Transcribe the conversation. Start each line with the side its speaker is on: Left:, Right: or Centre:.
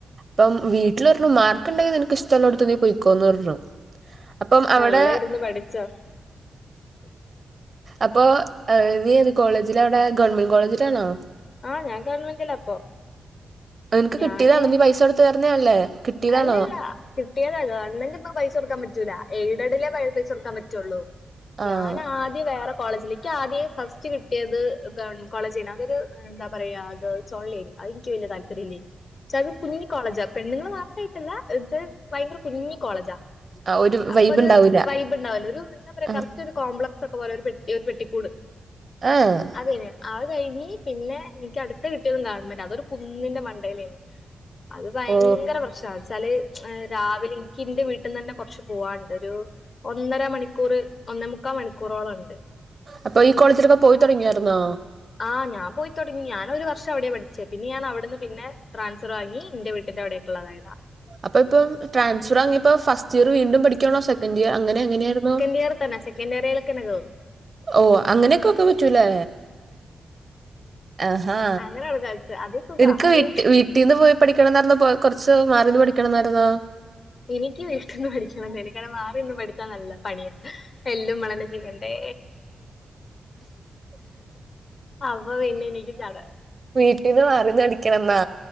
Right: പ്പം വീട്ടിലർഞ്ഞു മാർക്ക് ഇണ്ടെങ്കി നിനക്ക് ഇഷ്ടള്ളോട്ത്ത് നീ പൊയിക്കോന്ന് പറഞ്ഞു അപ്പം അവടേ
Left: നല്ല ഇരുന്ന് പഠിച്ചോ
Right: അപ് പൊ നീയേത് കോളേജിലാവടെ ഗവൺമെന്റ് കോളേജിലാണോ
Left: ആഹ് ഞാൻ ഗവൺമെന്റില ഇപ്പൊ
Right: ഇൻക്ക്‌ കിട്ടീതാണോ
Left: ഞാന്
Right: നീ പൈസോടുത്ത് ചേർന്നയല്ലേ കിട്ടീതാണോ?
Left: അല്ലല്ല കിട്ടിയതാ ഗവൺമെന്റിപ്പൊ പൈസൊട്ക്കാൻ പറ്റൂല എയ്ഡഡിലേ പൈ പൈസൊടുക്കാൻ പറ്റൊള്ളൂ
Right: ആഹ്
Left: ഞാനാദ്യം വേറെ കോളേജില് ക്ക്യാദ്യേ ഫസ്റ്റ്കിട്ടിയത് ഗവൺമെൻ കോളേജിന‌ അതൊര് എന്താപറയാ ഗേൾസൊൺലിയാ അതിൻക്ക് വല്യതാൽ പര്യില്ലെനി ചത് കുഞ്ഞി കോളേജാ പെണ്ണ്ങ്ങള്മാത്രായിട്ടല്ല <unintelligible> ഭയങ്കര കുഞ്ഞി കോളേജാ
Right: ആ ഒരു
Left: അപ്പൊ
Right: വൈബ്
Left: ഒരു
Right: ഉണ്ടാവൂല
Left: വൈബ്ണ്ടാവില്ല ഒരു എന്താപറയാ
Right: ആ
Left: കറ റ്റൊര് കോംപ്ലക്സക്കെപൊലൊരു പെട്ടി ഒരു പെട്ടിക്കൂട്
Right: ആഹ്
Left: അതന്നെ അത് കഴിഞ്ഞ് പിന്നെ എനിക്കടത്ത് കിട്ടിയതും ഗവൺമെന്റാ അതൊരു കുന്നിന്റെ മണ്ടേലേന്ന് അത് ഭയങ്കര
Right: ഓ
Left: പ്രശ്നാ ച്ചാല് ഏഹ് രാവിലെ ഇൻക്കി ഇന്റെ വീട്ട്ന്നന്നെ കൊറച്ച് പോവാനിണ്ട് ഒരു ഒന്നര മണിക്കൂറ് ഒന്നേ മുക്കാ മണിക്കൂറോളം എണ്ട്
Right: അപ്പൊ ഈ കോളേജിലൊക്കെ പോയി തൊടങ്ങിയാരുന്നോ
Left: ആഹ് ഞാൻ പോയ് തുടങ്ങി ഞാനൊരു വർഷം അവിടേ പഠിച്ചേ പിന്നെ ഞാൻ അവിടുന്ന് പിന്നെ ട്രാസ്ഫറ് വാങ്ങി ഇന്റെ വീ ട്ടിന്റവിടേക്കിള്ളതായതാ
Right: അപ്പ ഇപ്പം ട്രാൻഫറ് വാങ്ങിപ്പ ഫസ്റ്റിയർ വീണ്ടും പഠിക്കാണോ സെക്കന്റിയ അങ്ങനെ എങ്ങനെയാര്ന്നു
Left: നിയറിത്തന്നെ സെ ക്കന്റിയർലേക്ക് തന്നെ കേറും
Right: ഓഹ് അങ്ങനേക്കൊക്കെ പറ്റുല്ലേ അഹാ
Left: അങ്ങനെയാ അവള് കഴിച്ചെ അത് സുഖാ
Right: നിനിക്ക്
Left: അത്
Right: വീട്ടി വീട്ടീന്ന് പോയി പഠിക്കണം എന്നായിരുന്നോ പൊ കൊറച്ച് മാറിന്ന് പഠിക്കണന്നായിരുന്നോ
Left: എനിക്ക് വീട്ടീന്ന് പഠിക്കണംന്നാണ് കാരണം മാറിനിന്ന് പഠിച്ചാ നല്ല പണിയ എല്ലും ഉമ്മളന്നെ ചെയ്യണ്ടേ
Right: <inaudible>
Left: അവ പിന്നെ എനിക്ക് ചട
Right: വീട്ടീന്ന് മാറിന്ന് പഠിക്കണംന്നാ